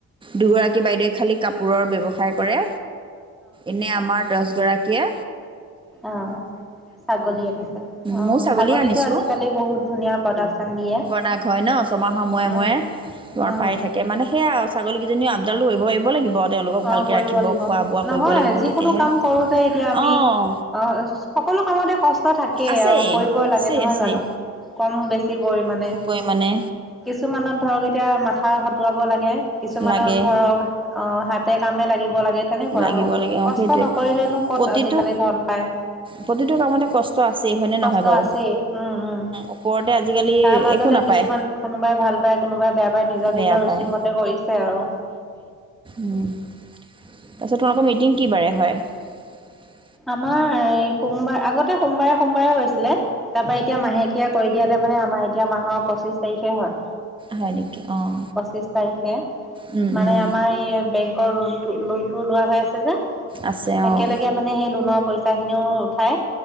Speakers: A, on the right (about 15°); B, in the centre.
A: দুগৰাকী বাইদেৱে খালী কাপোৰৰ ব্যৱসায় কৰে এনে আমাৰ দহ গৰাকী দিয়ে
B: অঁ ছাগলী আনিছে আহ
A: ময়ো ছাগলী
B: ছাগলীতটো
A: আনিছোঁ
B: আজিকালি বহুত ধুনীয়া প্ৰডাকশচন দিয়ে
A: তাক হয় ন ছমাহৰ মূৰে
B: উম
A: মূৰে তোমাৰ
B: উম
A: পাই থাকে মানে সেয়া আৰু ছাগলীকেইজনী আপডাল ধৰিব কৰিব পাৰিব লাগিব তেওঁলোকক
B: অ
A: ভালকৈ
B: কৰিব
A: ৰাখিব
B: লাগিব
A: খোৱা বোৱা কৰিব
B: নহয়
A: লাগিব
B: যিকোনো
A: তেতিয়াহে
B: কাম কৰোঁতে এতিয়া আমি
A: অঁ
B: অ সকলো কামতে কষ্ট থাকেই
A: আছেই
B: আৰু কৰিবই
A: আছেই
B: লাগে নহয়
A: আছেই
B: জানো কম বেছি পৰিমাণে
A: পৰিমাণে
B: কিছুমানত ধৰক এতিয়া মাথা মাথা খতুৱাব লাগে কিছুমানৰ
A: লাগে
B: ধৰক অঁ হাত নেলাগিব লাগে তেনেকুৱা
A: লাগিব
B: আৰু
A: লাগে অঁ
B: কষ্ট
A: সেইটোৱে
B: নকৰিলেনো ক'ত
A: প্ৰতিটো
B: আজিকালি ধন পায়
A: প্ৰতিটো কামতে কষ্ট আছেই হয়নে
B: কষ্ট
A: নহয় বাৰু
B: আছে উম উম
A: ওপৰতে আজিকালি
B: তাৰ মাজতে
A: একো নাপায়
B: কিছুমান কোনোবাই ভাল পায় কোনোবাই বেয়া পায় নিজৰ
A: বেয়া
B: নিজৰ
A: পায়
B: ৰুচি মতে কৰিছে আৰু
A: উম। তাৰ পাছত, তোমালোকৰ মিটিং কি বাৰে হয়। তাৰে।
B: আমাৰ এই সোমবাৰ আগতে সোমবাৰে - সোমবাৰে হৈছে। তাৰ পৰা এতিয়া মাহেকীয়া কৰি। এতিয়া তাৰমানে আমাৰ এতিয়া মাহৰ পঁচিশ তাৰিখে হয়।
A: হয় নেকি অঁ
B: পচিশ তাৰিখে
A: উম,
B: মানে
A: উম,
B: আমাৰ এই, বেংকৰ লোনটো লোনতটো লোৱা হৈ আছে যে
A: আছে অঁ
B: একেলগে। মানে সেই লোনৰ পইচাঁ খিনিও। ঠাই।